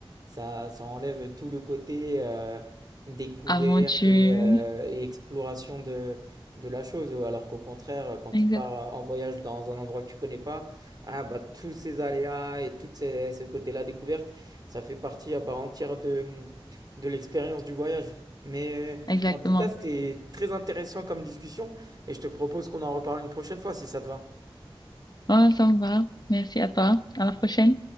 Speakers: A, on the right; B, on the left.
A: ça, ça enlève tout le côté euh, découverte
B: Aventure.
A: et, euh, et exploration de, de la chose. Alors qu'au contraire, quand
B: Exact.
A: tu pars en voyage dans un endroit que tu connais pas, ah, bah, tous ces aléas et tout ces, ce côté-là découverte, ça fait partie à part entière de, de l'expérience du voyage. Mais euh,
B: Exactement.
A: en tout cas, c'était très intéressant comme discussion. Et je te propose qu'on en reparle une prochaine fois si ça te va.
B: Ah, ça me va. Merci à toi. À la prochaine.